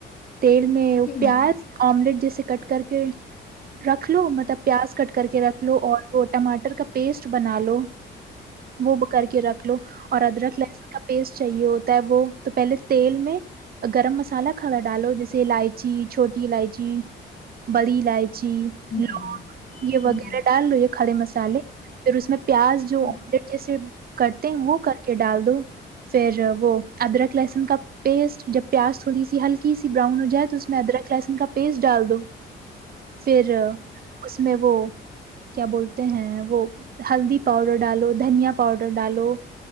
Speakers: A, on the right; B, on the left.
A: تیل میں
B: ہوں
A: پیاز آملیٹ جیسے کٹ کر کے رکھ لو مطلب پیاز کٹ کر کے رکھ لو اور وہ ٹماٹر کا پیسٹ بنا لو وہ کر کے رکھ لو اور ادرک لہسن کا پیسٹ چاہیے ہوتا ہے وہ تو پہلے تیل میں گرم مسالہ کھدا ڈالو جیسے الائچی چھوٹی الائچی بڑی الائچی جی
B: ہوں
A: لونگ یہ
B: ہوں
A: وغیرہ ڈال لو یہ کھڑے مسالے پھر اس میں پیاز جو
B: ہوں ہوں
A: آمڈٹ جیسے کرتے ہیں وہ کر کے ڈال دو پھر وہ ادرک لہسن کا پیسٹ جب پیاز تھوڑی سی ہلکی سی براؤن ہو جائے تو اس میں ادرک لہسن کا پیسٹ ڈال دو پھر اس میں وہ کیا بولتے ہیں وہ ہلدی پاؤڈر ڈالو دھنیا پاؤڈر ڈالو